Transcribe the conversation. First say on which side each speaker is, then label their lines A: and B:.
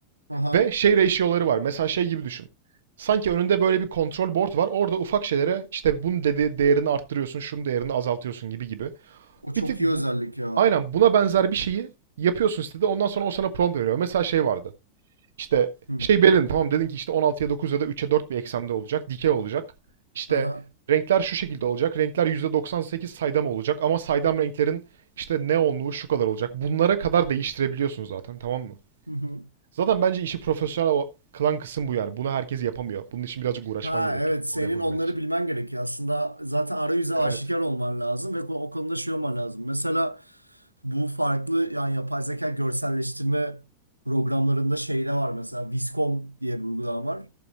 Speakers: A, on the right (about 85°); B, on the right (about 60°).
A: Aha.
B: Ve şey ratio'ları var. Mesela şey gibi düşün. Sanki önünde böyle bir kontrol board var. Orada ufak şeylere işte bunun dedi değerini arttırıyorsun, şunun değerini azaltıyorsun gibi gibi.
A: O çok
B: Bir tık bu
A: iyi özellik ya.
B: aynen buna benzer bir şeyi yapıyorsun sitede. Ondan sonra o sana prompt veriyor. Mesela şey vardı. İşte
A: Hı.
B: şey belirledin tamam dedin ki işte 16'ya 9 ya da 3'e 4 bir eksende olacak. Dikey olacak. İşte
A: Aha.
B: renkler şu şekilde olacak. Renkler %98 saydam olacak ama saydam renklerin işte neonluğu şu kadar olacak. Bunlara kadar değiştirebiliyorsun zaten tamam mı?
A: Hı hı.
B: Zaten bence işi profesyonel kılan kısım bu yani. Bunu herkes yapamıyor. Bunun için birazcık uğraşman
A: Ha
B: gerekiyor.
A: evet senin
B: Doğru yapabilmek
A: onları
B: için.
A: bilmen gerekiyor. Aslında zaten arayüze
B: Evet.
A: aşikar olman lazım ve ko- o konuda şey olman lazım. Mesela bu farklı yani yapay zeka görselleştirme programlarında şey de var mesela Viscom diye bir uygulama var.